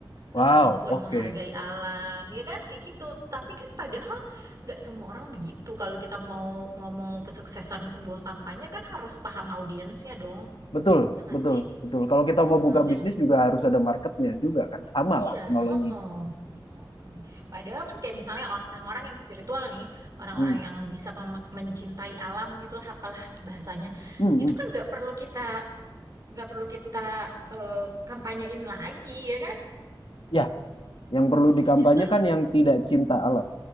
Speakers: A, on the left; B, on the right.
A: Wow,
B: eh, kemampuan
A: oke.
B: menghargai alam ya kan kayak gitu. Tapi kan padahal nggak semua orang begitu. Kalau kita mau ngomong kesuksesan sebuah kampanye kan harus paham audiensnya dong.
A: Betul,
B: Ya nggak
A: betul,
B: sih?
A: betul. Kalau kita
B: Heeh.
A: mau buka bisnis juga harus ada marketnya juga kan. Sama
B: Iya,
A: lah analoginya.
B: heeh. Heeh. Padahal kan kayak misalnya orang-orang yang spiritual nih, orang-orang
A: Hmm.
B: yang bisa mem- mencintai alam gitulah, apalah bahasanya,
A: Hmm,
B: itu
A: hmm.
B: kan nggak perlu kita nggak perlu kita eh, kampanyein lagi ya kan?
A: Ya, yang perlu
B: Iya,
A: dikampanyekan
B: justru
A: yang tidak cinta alam.